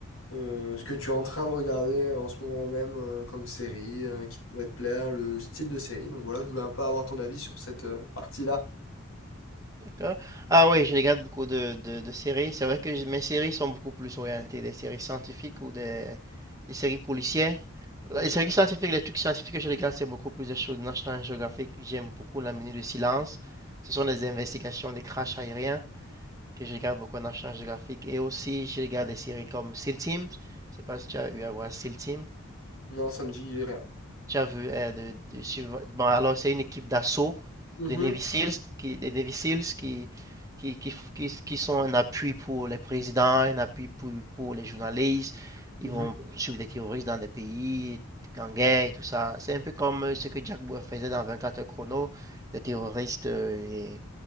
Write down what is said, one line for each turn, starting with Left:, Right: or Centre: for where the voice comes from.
Left: euh, ce que tu es en train de regarder en ce moment même euh, comme série, euh, qui pourrait te plaire, le style de série. Donc voilà, je voulais un peu avoir ton avis sur cette euh, partie-là.
Right: Ah ah oui, je regarde beaucoup de, de, de séries. C'est vrai que j- mes séries sont beaucoup plus orientées des séries scientifiques ou des, des séries policières.
Left: Ok.
Right: Les séries scientifiques, les trucs scientifiques que je regarde, c'est beaucoup plus des choses National Geographic. J'aime beaucoup La Minute de Silence. Ce sont des investigations des crashs aériens que je regarde beaucoup à National Geographic. Et aussi, je regarde des séries comme SEAL Team. Je sais pas si tu as eu à voir SEAL Team.
Left: Non, ça me dit rien.
Right: J'avoue, euh, de, de suivre- Bon, alors c'est une équipe d'assaut
Left: Mhm.
Right: des Navy Seals qui, des Navy Seals qui, qui, qui, qui, qui sont un appui pour les présidents, un appui pour, pour les journalistes. Ils
Left: Mhm.
Right: vont suivre des terroristes dans des pays en guerre et tout ça. C'est un peu comme euh, ce que Jack Bauer faisait dans 24 heures chrono, des terroristes euh, et,